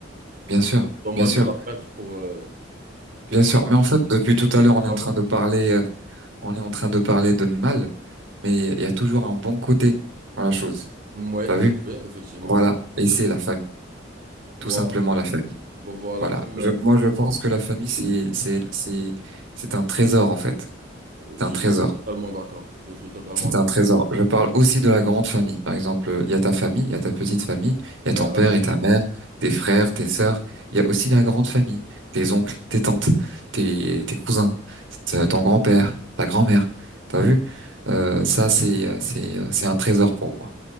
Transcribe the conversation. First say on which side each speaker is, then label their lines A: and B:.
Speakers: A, on the right (about 80°); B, on the right (about 45°).
A: Bien
B: Du coup,
A: sûr,
B: dommage
A: bien sûr,
B: de la perdre pour euh, quelque
A: bien sûr.
B: chose
A: Mais en fait, depuis tout
B: d'utile
A: à l'heure, on
B: que
A: est
B: l'argent.
A: en train de parler, euh, on est en train de parler de mal, mais il y a toujours un bon côté dans la chose.
B: Ouais,
A: T'as vu?
B: oui, effectivement.
A: Voilà.
B: Ouais.
A: Et c'est la famille,
B: Voilà.
A: tout simplement la famille.
B: Bon, voilà,
A: Voilà.
B: comme
A: Je,
B: euh,
A: moi, je pense que la famille, c'est, c'est, c'est, c'est un trésor en fait. C'est
B: je
A: un trésor.
B: suis totalement d'accord. Je suis totalement
A: C'est
B: d'accord.
A: un trésor. Je parle aussi de la grande famille. Par exemple, il y a ta famille, il y a ta petite famille, il
B: Ouais,
A: y a ton père
B: la grande-
A: et ta mère, tes frères, tes sœurs. Il y a aussi la grande famille, tes oncles, tes tantes, tes, tes cousins, t- ton grand-père, ta grand-mère. T'as vu? Euh, ça, c'est, euh, c'est, euh, c'est un trésor pour moi.